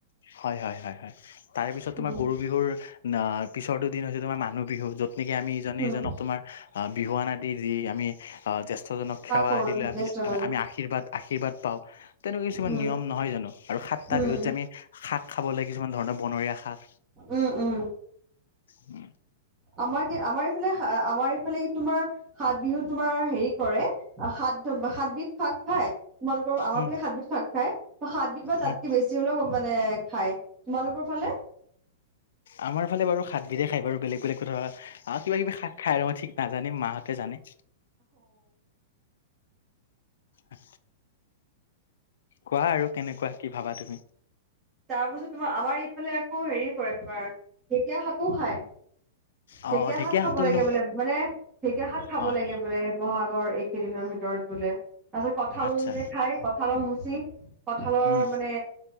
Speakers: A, on the left; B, on the right.
A: হয় হয় হয় হয় তাৰে পিছত তোমাৰ
B: উম,
A: গৰু বিহুৰ পিছৰতো দিন হৈছে তোমাৰ মানুহ বিহু য'ত নকে আমি ইজনে
B: উম।
A: ইজনক তোমাৰ আহ বিহুৱান আদি যি আমি জে সজনক সেৱা
B: কৰো
A: আদি লৈ আমি
B: জ্যেষ্ঠ গণক
A: আমি আশীৰ্বাদ আশীৰ্বাদ পাওঁ তেনেকুৱা কিছুমান
B: উম,
A: নিয়ম নহয় জানো আৰু সাতটা
B: উম,
A: বিহুত যে আমি শাক খাব লাগ কিছুমান ধৰণৰ বনৰীয়া শাক
B: উম উম
A: উম
B: আমাৰ কি আমাৰ এইফালে আমাৰ এইফালে কি তোমাৰ সাত বিহুত তোমাৰ হেৰি কৰে সাত সাতবিধ শাক খাই তোমালোকৰ আমাৰ
A: উম
B: ফালে সাতবিধ শাক খায় সাতবিধ বা তাতকে
A: উম
B: বেছি হলেও মানে খাই তোমালোকৰ ফালে
A: আমাৰ ফালে বাৰু হাতবিধে খায় বাৰু বেলেগ বেলেগ কথা আৰু কিবা কিবি শাক খাই আৰু মই ঠিক নাজানে মাহঁতে জানে আা কোৱা আৰু কেনেকুৱা কি ভাবা তুমি
B: তাৰ পিছত তোমাৰ আমাৰ ইফালে আকৌ হেৰি কৰে তোমাৰ ঢেকীয়া শাকো খায়
A: অ
B: ঢেকীয়া শাক খাব
A: শাকটো
B: লাগে
A: কিন্তু
B: বোলে মানে ঢেকীয়া শাক খাব
A: হয়
B: লাগে বোলে বহাগ ৰ এইকেইদিনৰ ভিতৰত বোলে তাৰপিছত কঁঠাল
A: আচ্ছা
B: যে খাই কঠালৰ মুচি কঠালৰ
A: উম
B: মানে